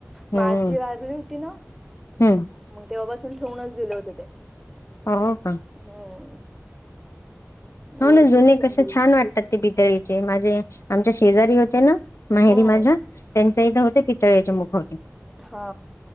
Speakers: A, on the left; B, in the centre.
A: हम्म
B: मग आजीं जी वारली होती ना
A: हम्म
B: मग तेव्हापासून ठेवूनच दिलं होत ते
A: हो का
B: हम्म
A: हो
B: वरतीच
A: ना जुने
B: ठेवून
A: कसे
B: दिले
A: छान वाटतात ते पितळीचे माझे आमच्या शेजारी होते ना माहेरी
B: हम्म
A: माझं त्यां इथं होते पितळ्याचे मुख.
B: हा